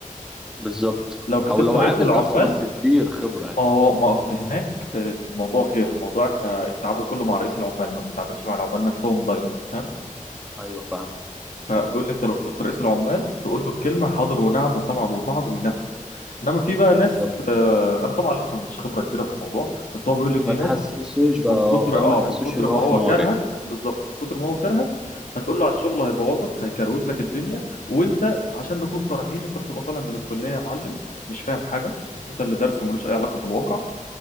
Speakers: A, in the centre; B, on the left (about 75°).
A: بالظبط
B: لو كسبت
A: او لو
B: رئيس
A: عامل
B: العمال
A: نفسه بس كبير خبرة يعني
B: ما هو ما اصل هناك الموضوع غير الموضوع احنا التعامل كله مع رئيس العمال ما بنتعاملش مع العمال نفسهم دايركت فاهم
A: ايوه فاهم
B: فبيقول لي انت لو كسبت رئيس العمال تقول له الكلمه حاضر ونعم وسمعا وطاعا وينفذ انما في بقى ناس
A: بالظبط
B: آه، انا طبعا لسه مش خبره كبيره في الموضوع بس هو بيقول لي في
A: ما
B: ناس
A: تحسسوش بقى
B: من
A: اه
B: كتر
A: فاهم
B: اه
A: ما تحسسوش
B: من كتر
A: ان
B: ما
A: هو
B: هو
A: حمار
B: كرهك
A: يعني
B: بالظبط من كتر ما هو كرهك هتقول له على الشغل هيبوظك هيكروت لك الدنيا وانت عشان نكون صريحين انت بتبقى طالع من الكليه يا معلم مش فاهم حاجه انت اللي درسه ملوش اي علاقه بالواقع